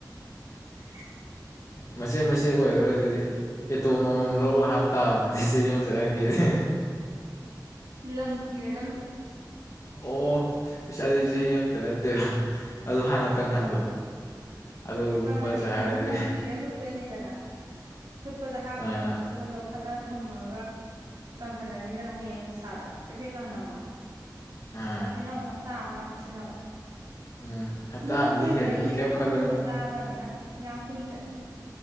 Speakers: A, on the right; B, on the left.
A: <inaudible>
B: ꯃꯆꯦꯠ ꯃꯆꯦꯠ ꯑꯣꯏꯔꯣꯏ ꯑꯗꯨꯗꯤ ꯑꯦꯇꯣꯝ ꯑꯃꯃꯝ ꯂꯧ ꯍꯥꯞꯇꯥꯕꯗꯗꯤ ꯆꯍꯤ ꯑꯃꯨꯛ ꯆꯠꯔꯟꯒꯦꯗꯤ
A: ꯂꯪꯀꯤꯔꯦꯒ
B: ꯑꯣ ꯏꯁ ꯑꯗꯨꯏ ꯆꯍꯤ ꯑꯃꯇ ꯅꯠꯇꯦꯕ ꯑꯗꯨ ꯍꯥꯟꯅ ꯀꯪꯍꯜꯂꯣ
A: ꯑꯧ
B: ꯑꯗꯣ ꯂꯨꯞꯄ
A: ꯀꯪꯍꯜꯂꯤꯅꯦ
B: ꯆꯥꯔꯗꯤ
A: ꯑꯁꯤ ꯂꯝꯪ ꯀꯤꯔ ꯂꯨꯞꯄꯅꯤꯗꯅ ꯐꯨꯠꯄꯗ ꯍꯥꯞꯈ꯭ꯔꯒ
B: ꯑꯥ
A: ꯑꯗꯨꯒ ꯄꯨꯈꯠꯂ ꯊꯝꯃꯒ ꯀꯪꯍꯜꯂꯅꯤꯗꯅ ꯍꯌꯦꯡ ꯅꯨꯡꯁꯥꯗ ꯍꯥꯏꯩꯐꯦꯠ ꯂꯥꯡꯅꯃꯛ
B: ꯑꯥ
A: ꯑꯁꯤꯅ ꯑꯃꯨꯛ ꯍꯞꯇꯥ ꯑꯃꯃꯨꯛ ꯁꯤꯟꯅꯕ
B: ꯎꯝ ꯍꯞꯇꯥ
A: ꯑꯗꯨꯁꯨ
B: ꯑꯃꯗꯤ
A: ꯇꯣꯏꯅ
B: ꯍꯦꯜꯂꯅꯤ
A: ꯇꯣꯏ
B: ꯀꯩꯝ
A: ꯏꯔꯣꯟꯕꯒꯨꯝꯕ
B: ꯈꯜꯂꯨꯅꯨ
A: ꯆꯥꯗꯕꯅꯤꯅ ꯌꯥꯝ ꯀꯨꯏꯅ ꯆꯠꯂꯤ